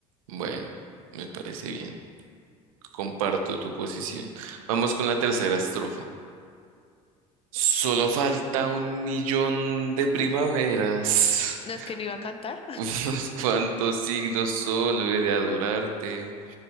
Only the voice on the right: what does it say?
Bueno, me parece bien. Comparto tu posición. Vamos con la tercera estrofa. Solo falta un millón de primaveras,
<laughs> unos cuantos siglos solo he de adorarte.